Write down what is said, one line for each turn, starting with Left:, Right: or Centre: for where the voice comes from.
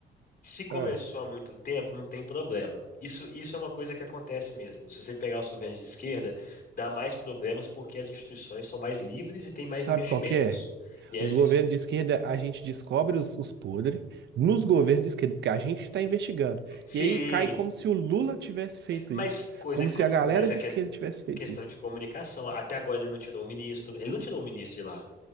Left: Se começou
Right: Ah.
Left: há muito tempo, não tem problema. Isso, isso é uma coisa que acontece mesmo. Se você pegar os governos de esquerda, dá mais problemas porque as instituições são mais livres e têm mais
Right: Sabe
Left: investimentos.
Right: qual que é?
Left: E as,
Right: Os governos de esquerda, a gente descobre os, os podres nos governos de esquerda, porque a gente está investigando.
Left: Sim,
Right: E aí cai como se o Lula tivesse feito
Left: Mas
Right: isso,
Left: coisa,
Right: como se a galera
Left: mas
Right: de
Left: é que
Right: esquerda
Left: é
Right: tivesse feito
Left: questão
Right: isso.
Left: de comunicação. Até agora ele não tirou o ministro, ele não tirou o ministro de lá.